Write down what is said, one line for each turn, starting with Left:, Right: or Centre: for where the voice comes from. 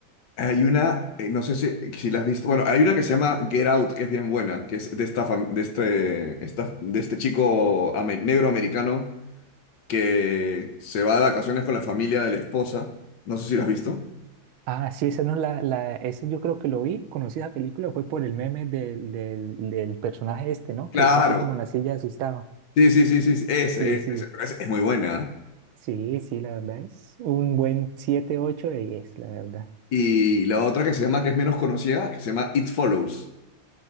Left: Hay una, eh, no sé si, si la has visto. Bueno, hay una que se llama Get Out, que es bien buena, que es de esta, fam- de este, esta- de este chico ame- negro americano que se va de vacaciones con la familia de la esposa. No sé si la has visto.
Right: Ah, sí, esa no la, la, esa yo creo que lo vi, conocí esa película, fue por el meme del, del, del personaje este, ¿no?
Left: Claro.
Right: Que está así como en la silla asustado.
Left: Sí, sí, sí, sí, sí. Ese,
Right: Sí,
Left: ese,
Right: sí.
Left: ese. Pero ese es muy buena.
Right: Sí, sí, la verdad es un buen siete, ocho de 10, la verdad.
Left: Y la otra que se llama, que es menos conocida, que se llama It Follows.